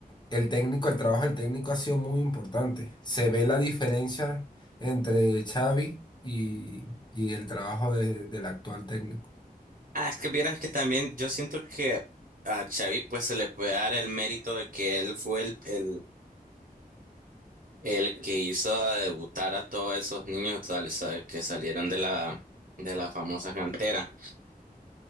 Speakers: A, on the left; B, on the right.
A: El técnico, el trabajo del técnico ha sido muy importante. Se ve la diferencia entre Xavi y, y el trabajo de- del actual técnico.
B: Ah, es que vieras que también yo siento que a Xavi pues se le puede dar el mérito de que él fue el, el, el que hizo a debutar a todos esos niños tal- sabe, que salieron de la, de la famosa cantera.